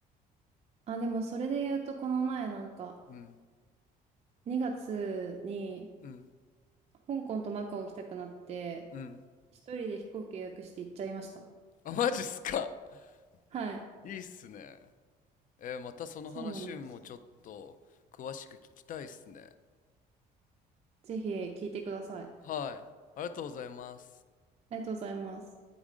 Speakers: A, on the right (about 40°); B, on the left (about 50°).
A: あ、でもそれで言うと、この前なんか、
B: うん
A: 2月に
B: うん
A: 香港とマカオ行きたくなって、
B: うん
A: 一人で飛行機予約して行っちゃいました。
B: あマジっすか
A: はい。
B: <laughs> いいっすねえーまたその話もちょっと詳しく聞きたいっすね
A: そうなんです。ぜひ聞いてください。あ
B: はいありがとうございます
A: りがとうございます。